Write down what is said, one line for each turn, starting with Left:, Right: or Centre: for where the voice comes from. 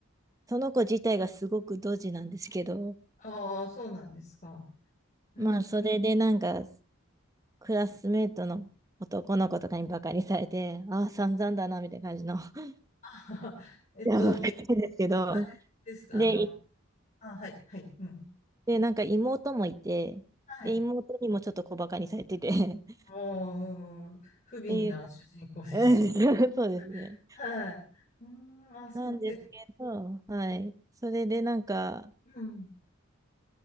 Right: その子自体がすごくドジなんですけど、
Left: ああ、そうなんですか。うん
Right: まあそれでなんか、クラスメートの男の子とかにバカにされて、ああ、散々だな、みたいな感じの、<laughs>
Left: <laughs> えっと、
Right: やばくてですけど、
Left: あれですか、
Right: で、
Left: あの、
Right: い
Left: あ、はい、はい、うん。
Right: で、なんか妹もいて、
Left: はい。
Right: で、妹にもちょっと小バカにされてて、<laughs> っ
Left: もう、不憫な主人公ですね。
Right: ていう、うん <laughs> そうですね。
Left: <laughs> はい。うーん、あ、そう、
Right: なんですけど、
Left: え、
Right: はい。それでなんか、
Left: うん。